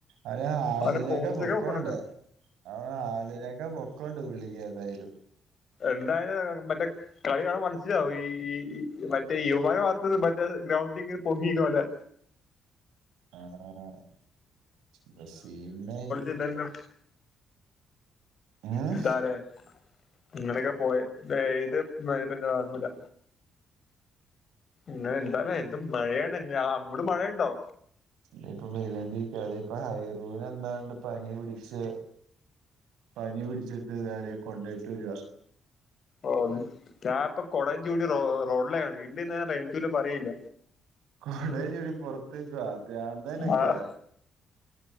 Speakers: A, on the right; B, on the left.
A: അവന് ഹാൾഡിനേക്കാ
B: അവരെ പോസ്റ്റ്
A: പൊക്കൊണ്ട്
B: ഒക്കെ വെക്കണൊക്കെ
A: അവ ഹാളിനേ ക്കാ പൊക്കൊണ്ട് പുള്ളിക്ക് ഏതായാലും
B: എന്തായാ മറ്റേ കളി കാണം മനസ്സിലാവും ഈ ഈ ഇ മറ്റേ ഇവമാര ഭാഗത്ത് മറ്റേ ഗ്രൗണ്ടിങ്ങനെ പൊങ്ങിരിക്കണ പോലെ
A: ആഹ് ബ്രസീൽനെ
B: ഇല്ലല്ലോ
A: ഉം
B: എന്താലേ ഇങ്ങനൊക്കെ പോയി ഏ ഇത് പിന്നെ ഒന്നുല്ല ഇങ്ങൾ എന്താലേ എന്തു മഴയാണ് അ അങ്ങൊട് മഴയുണ്ടോ
A: ഇ ഇപ്പൊ പെയ്തോണ്ടിരിക്ക അത് ഇപ്പ ഹൈറൂന് എന്താണ്ട് പനി പിടിച്ച് പനിപിടിച്ചിട്ട് നേരെ കൊണ്ടോയിട്ട് വെരുവ
B: ഓ ഞാപ്പൊ കൊടയുംചൂടി റോ റോഡിലാണ് വീട്ടിലിര്ന്ന റൈഞ്ചൂല പറീഇല്ല
A: കൊടേൻചൂടി പൊറത്ത്ക്ക പ്രാന്തനൊക്കെ
B: ആഹ്